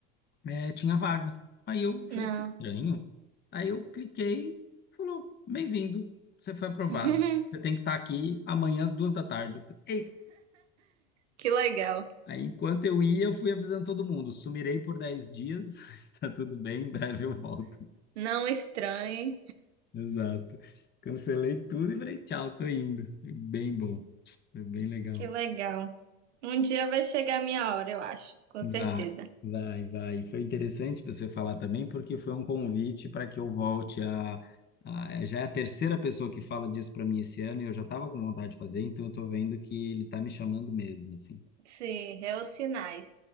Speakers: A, on the left; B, on the right.
A: é, tinha vaga. Aí eu falei,
B: Não.
A: que estranho. Aí eu cliquei, falou, bem-vindo, você foi aprovado.
B: <laughs>
A: Você tem que estar aqui amanhã às duas da tarde. Eu falei, Eita.
B: Que legal.
A: Aí, enquanto eu ia, eu fui avisando todo mundo, sumirei por 10 dias, <laughs> está tudo bem, em breve eu volto.
B: Não estranhe.
A: Exato. Cancelei tudo e falei, tchau, tô indo. Foi bem bom, foi bem legal.
B: Que legal. Um dia vai chegar a minha hora, eu acho, com
A: Vai,
B: certeza.
A: vai, vai. Foi interessante você falar também, porque foi um convite para que eu volte a, a- Já é a terceira pessoa que fala disso para mim esse ano e eu já estava com vontade de fazer, então eu estou vendo que ele está me chamando mesmo, assim.
B: Sim, é os sinais.